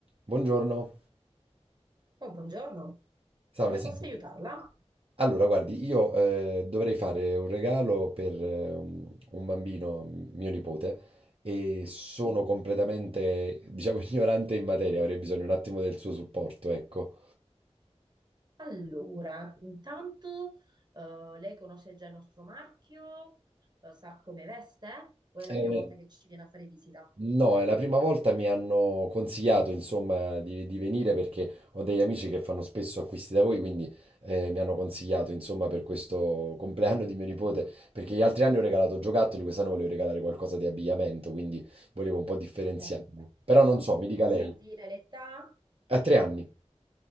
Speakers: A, on the right; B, on the right.
A: Buongiorno,
B: Oh, buongiorno,
A: salve,
B: come
A: senta.
B: posso aiutarla?
A: Allora, guardi, io eh, dovrei fare un regalo per eh, un un bambino, m- mio nipote, e sono completamente, diciamo, <laughs> ignorante in materia, avrei bisogno un attimo del suo supporto, ecco.
B: Allora, intanto eh, lei conosce già il nostro marchio, Eh, sa come veste? O è la
A: Eh,
B: prima volta che ci viene a fare visita?
A: No, è la prima volta mi hanno consigliato, insomma, di, di venire perché ho degli amici che fanno spesso acquisti da voi, quindi eh, mi hanno consigliato, insomma, per questo compleanno di mio nipote, perché gli altri anni ho regalato giocattoli, quest'anno volevo regalare qualcosa di abbigliamento, quindi volevo un po' differenziarmi.
B: Perfetto.
A: Però non so, mi dica
B: Mi
A: lei.
B: sa dire l'età?
A: A tre anni.